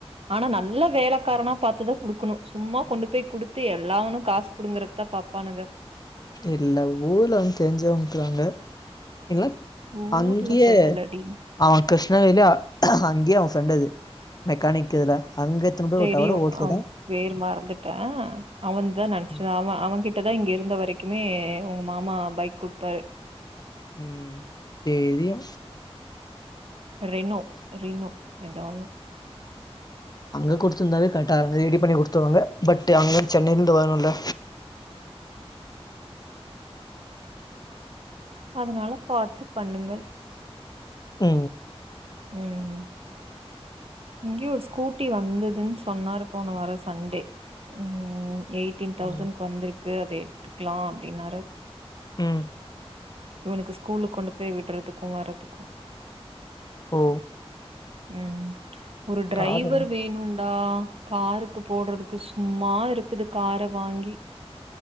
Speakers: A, on the right; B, on the left.
A: ஆனா நல்ல வேலைக்காரனா பாத்துதா குடுக்கணு சும்மா கொண்டு போய் குடுத்து எல்லாவனு காசு புடுங்கறதுக்கு தா பாப்பானுங்க
B: இல்ல ஊர்ல வந்து தெரிஞ்வங் இருக்கராங்க இல்ல
A: ஊர்ல
B: அங்கியே
A: சொல்லலடி
B: அவன் கிருஷ்ணகிரில அங்கயே அவன் சொன்னது மெக்கானிக் இதுல அங்க எத்தனை போய்
A: தெரியு
B: விட்டா கூட ஓகே
A: ஆ
B: தான்
A: பெர் மறந்துட்டே அவன் தா நனச்சிருந்த
B: ம்.
A: அவ அவன் கிட்டதா இங்க இருந்த வரைக்கு க்குமே உங்க மாமா பைக் குடுப்பாரு
B: ம் தேரியு
A: ரென்னோ ரீன்னோ ஏதோ ஒன்னு
B: அங்க கொடுத்துருந்தாவே கர்ட்டா ரெடி பண்ணி கொடுத்துருவாங்க பட் அங்க சென்னையிலருந்து வரணுல்ல
A: அதுனால பாத்து பண்ணுங்க
B: உ
A: உ உ இங்கேயே ஒரு ஸ்கூட்டி வந்துதுன்னு சொன்னாரு போன வாரோ சண்டே ம் ம் எயிட்டீன் தௌசண்க்கு
B: ம்.
A: வந்திருக்கு அத எடுத்துக்கலா அப்டின்னாரு
B: ம்
A: இவனுக்கு ஸ்கூலு கொண்டு போய் விடுறதுக்கு வர்றதுக்கு
B: ஓ
A: ம் ஒரு டிரைவர்
B: காதலன்
A: வேணு டா காருக்கு போடுறதுக்கு சும்மா இருக்குது கார வாங்கி